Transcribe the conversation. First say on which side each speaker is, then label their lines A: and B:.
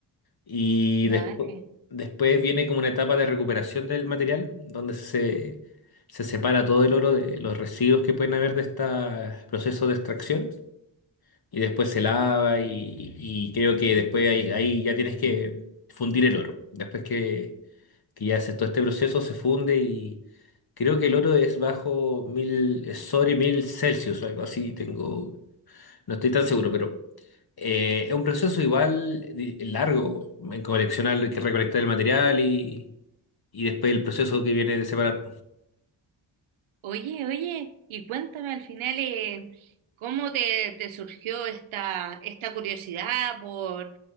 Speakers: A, on the left; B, on the right.
A: Y
B: Dale.
A: despu- después viene como una etapa de recuperación del material donde se, se separa todo el oro de los residuos que pueden haber de este proceso de extracción. Y después se lava y, y creo que después ahí ahí ya tienes que fundir el oro. Después que, que ya hace todo este proceso, se funde y creo que el oro es bajo mil, es sobre mil Celsius, algo así, tengo, no estoy tan seguro, pero eh, es un proceso igual di- largo en coleccionar, que recolectar el material y, y después el proceso que viene de separar.
B: Oye, oye, y cuéntame al final eh, cómo te, te surgió esta, esta curiosidad por,